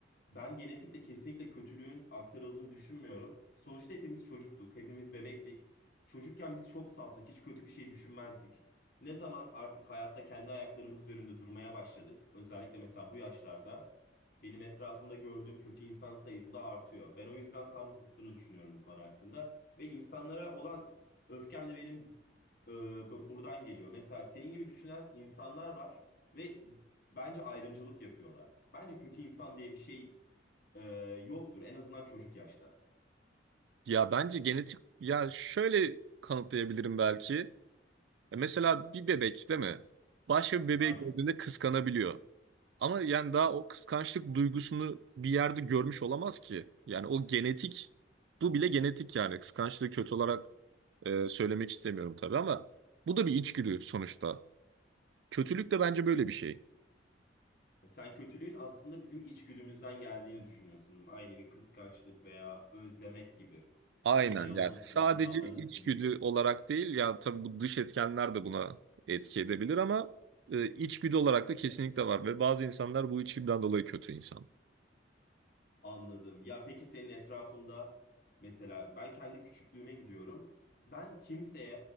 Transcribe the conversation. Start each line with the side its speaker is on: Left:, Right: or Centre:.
Left: ben genetikle kesinlikle kötülüğün aktarıldığını düşünmüyorum. Sonuçta hepimiz çocuktuk, hepimiz bebektik. Çocukken biz çok saftık, hiç kötü bir şey düşünmezdik. Ne zaman artık hayatta kendi ayaklarımız üzerinde durmaya başladık, özellikle mesela bu yaşlarda. Benim etrafımda gördüğüm kötü insan sayısı da artıyor. Ben o yüzden tam zıttını düşünüyorum bu konu hakkında. Ve insanlara olan öfkem de benim e, bu- buradan geliyor. Mesela senin gibi düşünen insanlar var ve bence ayrımcılık yapıyorlar. Bence kötü insan diye bir şey e, yoktur. En azından çocuk yaşta.
Right: Ya bence genetik, ya şöyle kanıtlayabilirim belki. E, mesela bir bebek değil mi? Başka bir bebeği
Left: Aynen.
Right: gördüğünde kıskanabiliyor. Ama yani daha o kıskançlık duygusunu bir yerde görmüş olamaz ki. Yani o genetik, bu bile genetik yani. Kıskançlığı kötü olarak e, söylemek istemiyorum tabii ama bu da bir içgüdü sonuçta. Kötülük de bence böyle bir şey.
Left: Yani Sen kötülüğün aslında bizim içgüdümüzden geldiğini düşünüyorsun. Aynı bir kıskançlık veya özlemek gibi.
Right: Aynen
Left: Engel olamadığımız
Right: yani sadece
Left: bir davranış
Right: içgüdü
Left: gibi.
Right: olarak değil ya tabii bu dış etkenler de buna etki edebilir ama e, içgüdü olarak da kesinlikle var ve bazı insanlar bu içgüdüden dolayı kötü insan.
Left: Anladım. Ya peki senin etrafında mesela ben kendi küçüklüğüme gidiyorum. Ben kimseye